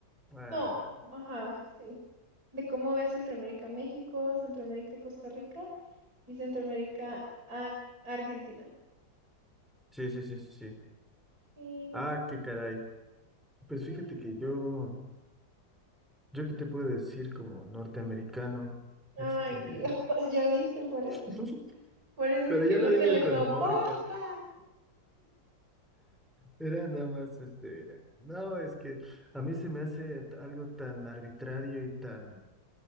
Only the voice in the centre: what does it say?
Ah,
sí, sí, sí, sí, sí.
Ah, qué caray. Pues
fíjate que
yo, yo qué te puedo decir como norteamericano, este,
<laughs>
pero
ya
lo digo
con
humor, Kat. Era nada más, este, no, es que a mí se me hace t- algo tan arbitrario y tan